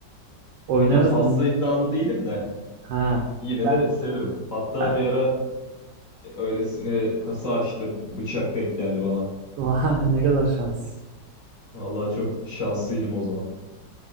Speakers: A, on the right (about 85°); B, on the left (about 50°).
A: Oynarız
B: Ya fazla
A: da.
B: iddialı değilim de
A: Ha.
B: yine
A: Ben.
B: de severim. Hatta
A: ben-
B: bir ara öylesine kasa açtım. Bıçak denk geldi bana.
A: <laughs> Vah, ne kadar şans.
B: Vallahi çok şanslıydım o zaman.